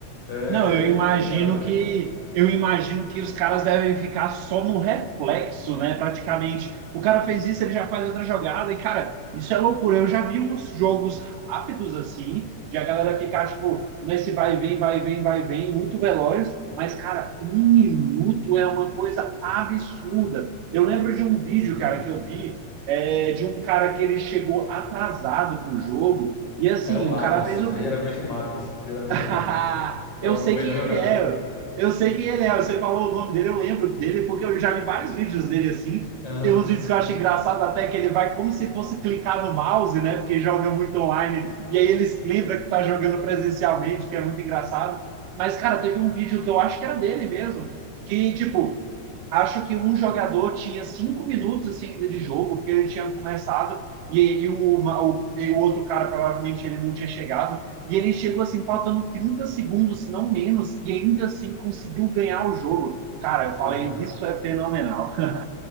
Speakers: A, on the left; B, on the right.
A: É,
B: Não, eu
A: é complicado,
B: imagino
A: cara.
B: que eu imagino que os caras devem ficar só no reflexo, né? Praticamente. O cara fez isso, ele já faz outra jogada, e, cara, isso é loucura. Eu já vi uns jogos rápidos assim, de a galera
A: Uhum.
B: ficar, tipo, nesse vai e vem, vai e vem, vai e vem, muito veloz, mas, cara, um minuto é uma coisa absurda. Eu lembro de um vídeo,
A: Sim,
B: cara,
A: cara.
B: que eu vi, é, de um cara que ele chegou atrasado pro jogo. E assim,
A: É o Magnus.
B: o cara fez o
A: É
B: primeiro
A: geralmente o Magnus. Geralmente
B: <laughs>
A: é o Magnus.
B: Eu
A: É o
B: sei
A: melhor
B: quem
A: jogador.
B: ele é. Eu sei quem ele é. Você falou o nome dele, eu lembro dele, porque eu já vi vários vídeos dele assim.
A: Aham.
B: Tem uns vídeos que eu acho engraçado até que ele vai como se fosse clicar no mouse, né? Porque joga muito online. E aí ele lembra que tá jogando presencialmente, que é muito engraçado. Mas, cara, teve um vídeo que eu acho que era dele mesmo. Que, tipo, acho que um jogador tinha cinco minutos assim ainda de jogo, porque ele tinha começado e, e o, uma, o, e o outro cara provavelmente ele não tinha chegado. E ele chegou assim, faltando 30 segundos, se não menos, e ainda assim conseguiu ganhar o jogo. Cara, eu
A: Exato.
B: falei, isso é fenomenal. <laughs>